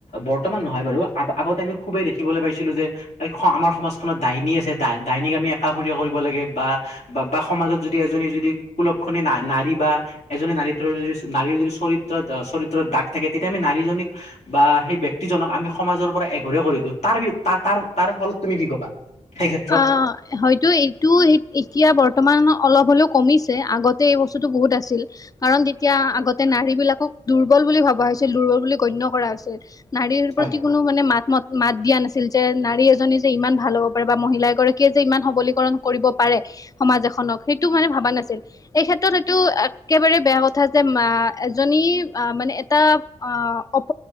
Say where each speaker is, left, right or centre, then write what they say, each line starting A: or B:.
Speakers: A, on the left; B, on the left.
A: বৰ্তমান নহয় বাৰু আগতে আমি খুবেই দেখিবলৈ পাইছিলোঁ যে আমাৰ সমাজখনত ডাইনী আছে ডাইনীক আমি একাষৰীয়া কৰিব লাগে বা বা বা সমাজত যদি এজনী যদি কুলক্ষণি না নাৰী বা এজনী নাৰীৰ যদি চৰিত্ৰত চৰিত্ৰত দাগ থাকে তেতিয়া আমি নাৰী জনীক বা সেই ব্যক্তিজনক আমি সমাজৰ পৰা এঘৰীয়া কৰি দিওঁ তাৰ তাৰ তাৰ ফলত তুমি কি কবা? সেই ক্ষেত্ৰত
B: আহ। হয়তো এইটো এতিয়া বৰ্তমান অলপ হ'লেও কমিছে আগতে এই বস্তুটো বহুত আছিল। কাৰণ তেতিয়া আগতে নাৰী বিলাকক দুৰ্বল বুলি ভাবোঁ। দুৰ্বল বুলি গণ্য কৰা হৈছে নাৰীৰ
A: হয়।
B: প্ৰতি কোনো মানে মাত মতা মাত দিয়া নাছিল যে নাৰী এজনী যে ইমান ভাল হ'ব পাৰে। বা মহিলা এগৰাকীয়ে যে ইমান সবলীকৰণ কৰিব পাৰে। সমাজ এখনক সেইটো মানে ভাবা নাছিল এই ক্ষেত্ৰত এইটো একেবাৰে বেয়া কথা যে মা এজনী আ মানে এটা অহ অপ